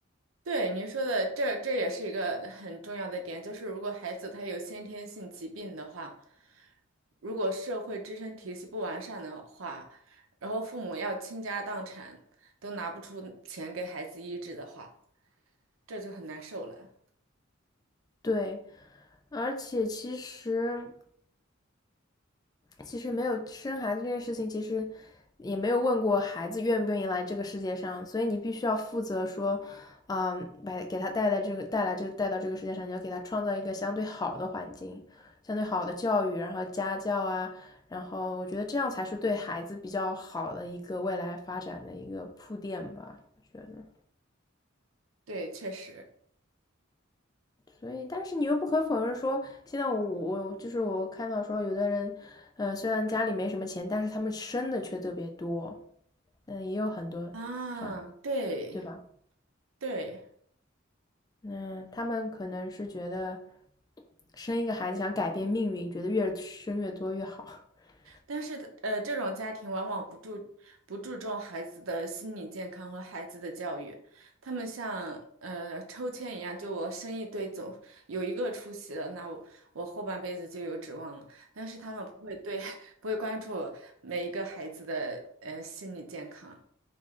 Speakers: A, on the right (about 80°); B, on the left (about 20°).
A: 对您说的，这这也是一个很重要的点，就是如果孩子他有先天性疾病的话，如果社会支撑体系不完善的话，然后父母要倾家荡产都拿不出钱给孩子医治的话，这就很难受了。
B: 对，而且其实其实没有生孩子这件事情，其实也没有问过孩子愿不愿意来这个世界上，所以你必须要负责说，嗯，把给他带来这个带来这带到这个世界上，你要给他创造一个相对好的环境，相对好的教育，然后家教啊，然后我觉得这样才是对孩子比较好的一个未来发展的一个铺垫吧，我觉得。
A: 对，确实
B: 所以，但是你又不可否认说，现在我我就是我看到说，有的人，呃，虽然家里没什么钱，但是他们生的却特别多，嗯，也有很多这样，
A: 啊，对
B: 对吧？
A: 对。
B: 嗯，他们可能是觉得生一个孩子想改变命运，觉得越生越多越好。<laughs>
A: 但是呃，这种家庭往往不注不注重孩子的心理健康和孩子的教育，他们像呃抽签一样，就我生一堆总有一个出息了，那我我后半辈子就有指望了。但是他们不会对 <laughs> 不会关注每一个孩子的呃心理健康。